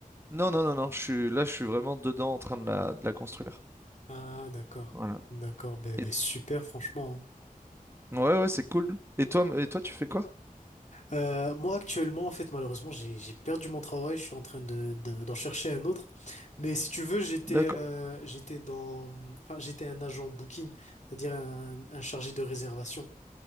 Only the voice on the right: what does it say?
Non, non, non, non. Je suis là, je suis vraiment dedans en train de la, de la construire.
Voilà.
Et-
ouais, ouais, c'est cool. Et toi, m- et toi, tu fais quoi?
D'accord.